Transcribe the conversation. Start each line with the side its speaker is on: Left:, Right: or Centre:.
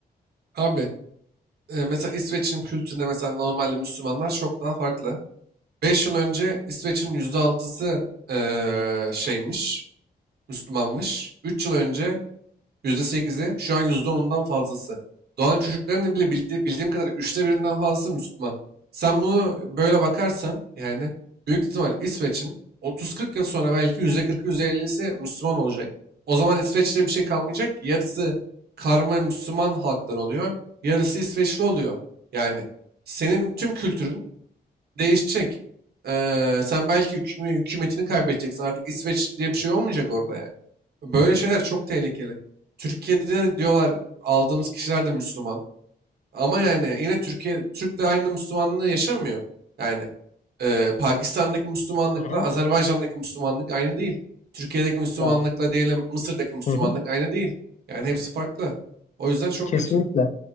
Right: abi e, mesela İsveç'in kültürüne mesela normalde Müslümanlar çok daha farklı. 5 yıl önce İsveç'in %6'sı e, şeymiş, Müslümanmış. 3 yıl önce %8'i, şu an %10'undan fazlası. Doğan çocukların bile bildi- bildiğim kadarıyla üçte birinden fazlası Müslüman. Sen bunu böyle bakarsan yani büyük ihtimal İsveç'in 30-40 yıl sonra belki %40'ı %50'si Müslüman olacak. O zaman İsveç'te bir şey kalmayacak ki yarısı karma Müslüman halklar oluyor, yarısı İsveçli oluyor. Yani senin tüm kültürün Değişecek. Eee, sen belki hüküme- hükümetini kaybedeceksin. Artık İsveç diye bir şey olmayacak orada yani. Böyle şeyler çok tehlikeli. Türkiye'de de diyorlar aldığımız kişiler de Müslüman. Ama yani yine Türkiye Türk'le aynı Müslümanlığı yaşamıyor. Yani eee, Pakistan'daki Müslümanlıkla
Left: Hı hı.
Right: Azerbaycan'daki Müslümanlık aynı değil. Türkiye'deki Müslümanlıkla
Left: Ya,
Right: diyelim Mısır'daki Müslümanlık
Left: hı hı.
Right: aynı değil. Yani hepsi farklı. O yüzden çok
Left: Kesinlikle.
Right: kötü.